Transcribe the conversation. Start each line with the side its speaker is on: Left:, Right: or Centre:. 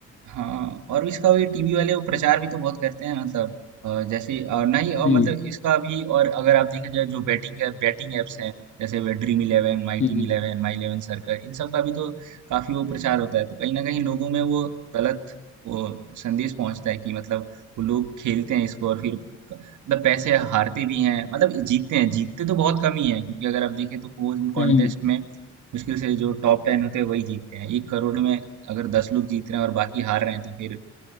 Right: हाँ, और इसका भी टीवी वाले वो प्रचार भी तो बहुत करते हैं मतलब अ, जैसे अ, नहीं और
Left: हम्म
Right: मतलब इसका भी और अगर आप देखा जाए जो बैटिंग का बैटिंग एप्स हैं जैसे वे Dream Eleven My
Left: हम्म
Right: Team Eleven My Eleven Circle इन सब का भी तो काफी वो प्रचार होता है तो कहीं ना कहीं लोगों में वो गलत वो संदेश पहुंचता है कि मतलब वो लोग खेलते हैं इसको और फिर क- मतलब पैसे हारते भी हैं मतलब जीतते हैं जीतते तो बहुत कम ही है क्योंकि अगर आप देखें तो कोई कॉन्टेस्ट
Left: हम्म हम्म।
Right: में मुश्किल से जो टॉप टेन होते हैं वही जीतते हैं एक करोड़ में अगर 10 लोग जीत रहे हैं और बाकी हार रहे हैं तो फिर